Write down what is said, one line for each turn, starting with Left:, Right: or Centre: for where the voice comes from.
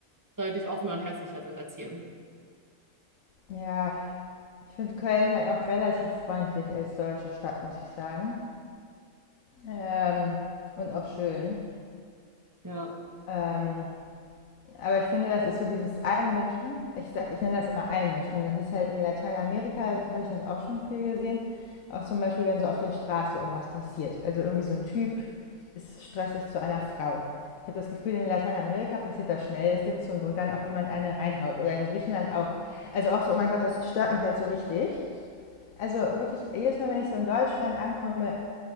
Right: deutlich offener und herzlicher sind als hier.
Left: Ja, Ich finde Köln halt auch relativ freundlich als deutsche Stadt, muss ich sagen. Ähm, und auch schön.
Right: Ja,
Left: Ähm, aber ich finde, das ist so dieses Einmischen. Ich sag, ich nenne das immer Einmischen. Das ist halt in Lateinamerika, habe ich das auch schon viel gesehen. Auch zum Beispiel, wenn so auf der Straße irgendwas passiert. Also irgendwie so ein Typ ist stressig zu einer Frau. Ich habe das Gefühl, in Lateinamerika passiert das schnell, dass dem zur Not dann auch jemand eine reinhaut. Oder in Griechenland auch. Also auch so, oh mein Gott, das stört mich halt so richtig. Also wirklich, jedes Mal, wenn ich so in Deutschland ankomme,